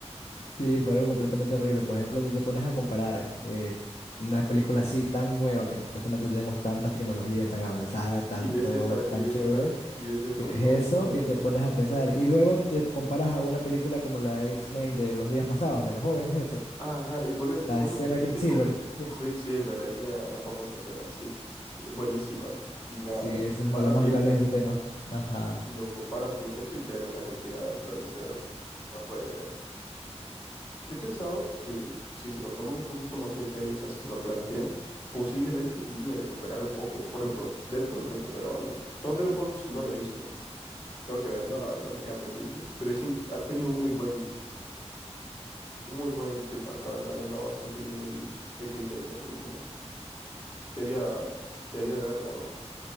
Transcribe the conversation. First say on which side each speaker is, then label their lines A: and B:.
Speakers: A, on the left; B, on the left.
A: Sí, fue algo completamente horrible. Por ejemplo, tú te pones a comparar eh, una película así tan nueva que supuestamente tenemos tanta tecnología tan avanzada, tan
B: Y ves
A: todo,
B: esa,
A: tan
B: y ves
A: chévere.
B: esa, y ves eso,
A: Y ves eso
B: no mames.
A: y te pones a pensar. Y luego te comparas a una película como la de X-Men de los días pasados, de los jóvenes esos.
B: Ajá, y ponen,
A: La
B: ponen
A: escena
B: el típico
A: de Quicksilver. Uf,
B: Quicksilver, la escena, la famosa escena. Sí, sí, sí, sí, es buenísima.
A: sí,
B: Y nada, te
A: esa
B: lo
A: es
B: comparas
A: una de las más
B: y
A: virales
B: dices,
A: de ese tema. Ajá.
B: y lo comparas con eso y tremenda cochinada, ¿sabes? O sea, no puede ser. Yo he pensado que si se lo toman un poquito más en serio, o sea, si se lo plantean, posiblemente lleguen a recuperar un poco. Por ejemplo, Deadpool recuperó, ¿no? Thunderbolts no lo he visto, tengo que verla, la verdad me queda pendiente, pero dicen, ha tenido un muy buen, un muy buen feedback, la verdad, le han dado bastante bien el, el criterio a esa película. Así que haría, que haría de verla, ¿no?